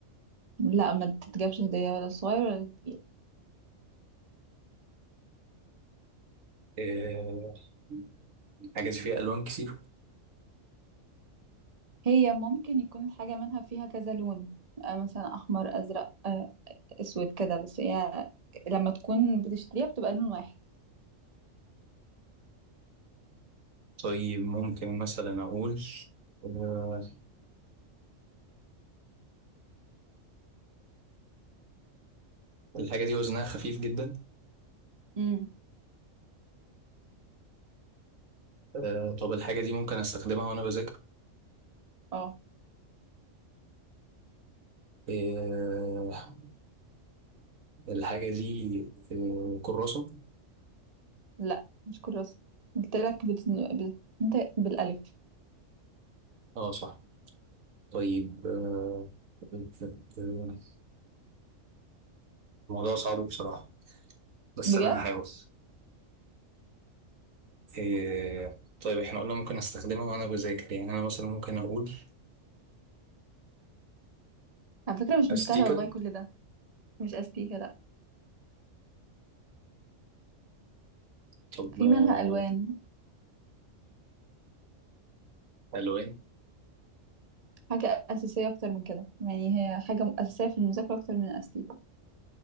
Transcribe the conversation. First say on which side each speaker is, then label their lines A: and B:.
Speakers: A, on the right; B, on the right.
A: لا ما تتجابش هدية ولا صغير ولا كبير
B: إيه، الحاجة دي فيها ألوان كتير
A: هي ممكن يكون الحاجة منها فيها كذا لون آه، مثلا أحمر أزرق آه، أسود كده بس هي لما تكون بتشتريها بتبقى لون واحد
B: طيب ممكن مثلا أقول آه، الحاجة دي وزنها خفيف جدا
A: امم
B: آه، طب الحاجة دي ممكن أستخدمها وأنا بذاكر
A: اه
B: آه، الحاجة دي آه، كراسة
A: لا مش كراسة قلت لك بتن... بتنطق بالألف
B: اه صح طيب آه، آه، آه، آه، الموضوع صعب بصراحة بس
A: بجد
B: انا هحاول إيه طيب احنا قلنا ممكن استخدمها وانا بذاكر يعني انا مثلا ممكن اقول
A: على فكرة مش
B: استيكر
A: مستاهلة والله كل ده مش أستيكة لا
B: طب
A: في
B: آه،
A: منها ألوان
B: الوان
A: حاجة أساسية أكتر من كده يعني هي حاجة أساسية في المذاكرة أكتر من أستيكة